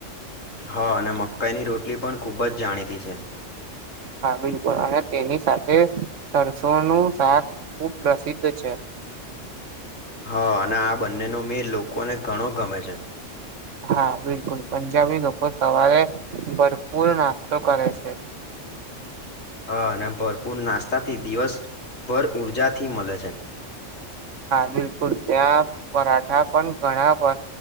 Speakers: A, on the left; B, on the right.
A: હા અને મકાઈની રોટલી પણ ખૂબ જ જાણીતી છે
B: હા બિલકુલ અને તેની સાથે સરરસોનું શાક ખુબ પ્રસિદ્ધ છે
A: હા અને આ બંને ન મે લોકોને ઘણો ગમે છે
B: હા બિલકુલ પંજાબી લોકો સવારે ભરપૂર નાસ્તો કરે છે
A: હા અને ભરપૂર નાસ્તા થી દિવસ ભર ઊર્જા થી મળે છે
B: હા બિલકુલ ત્યાં પરાઠા પણ ઘણા